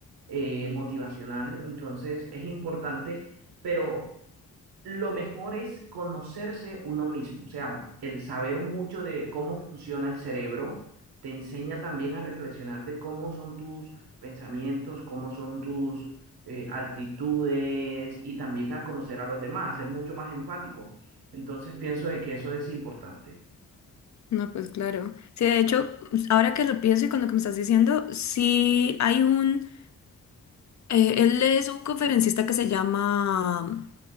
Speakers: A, on the right; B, on the left.
A: eh, motivacional. Entonces, es importante, pero lo mejor es conocerse uno mismo, o sea, el saber mucho de cómo funciona el cerebro te enseña también a reflexionar de cómo son tus pensamientos, cómo son tus eh, actitudes y también a conocer a los demás, a ser mucho más empático. Entonces pienso de que eso es importante.
B: No, pues claro. Sí, de hecho, ahora que lo pienso y con lo que me estás diciendo, sí hay un... eh, él es un conferencista que se llama